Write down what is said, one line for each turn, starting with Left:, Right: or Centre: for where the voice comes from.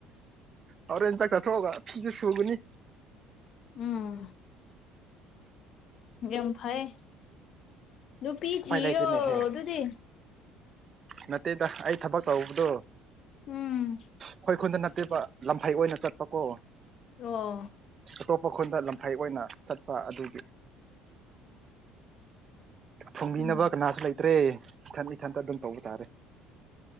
Right: ꯍꫭꯔꯦꯟ ꯆꯥꯛ ꯆꯥꯊꯣꯛꯑꯒ ꯐꯤꯖꯨ ꯁꯨꯒꯅꯤ
Left: ꯎꯝ ꯌꯥꯝ ꯐꯩꯌꯦ ꯅꯨꯄꯤ
Right: ꯎꯄꯥꯏ
Left: ꯊꯤꯌꫭ
Right: ꯂꯩꯇꯦꯅꯦꯍꯦ
Left: ꯑꯗꯨꯗꯤ
Right: ꯅꯠꯇꯦꯗ ꯑꯩ ꯊꯕꯛ ꯇꯧꯕꯗꯨ
Left: ꯎꯝ
Right: ꯑꯩꯈꯣꯏ ꯈꯨꯟꯗ ꯅꯠꯇꯦꯕ ꯂꯝꯐꯩ ꯑꯣꯏꯅ ꯆꯠꯄꯀꯣ
Left: ꯑꯣ
Right: ꯑꯇꯣꯞꯄ ꯈꯨꯟꯗ ꯂꯝꯐꯩ ꯑꯣꯏꯅ ꯆꯠꯄ ꯑꯗꯨꯒꯤ ꯊꯣꯡꯕꯤꯅꯕ
Left: ꯎꯝ
Right: ꯀꯅꯥꯁꯨ ꯂꯩꯇ꯭ꯔꯦ ꯏꯊꯟ ꯏꯊꯟꯇ ꯑꯗꯨꯝ ꯇꯧꯕ ꯇꯥꯔꯦ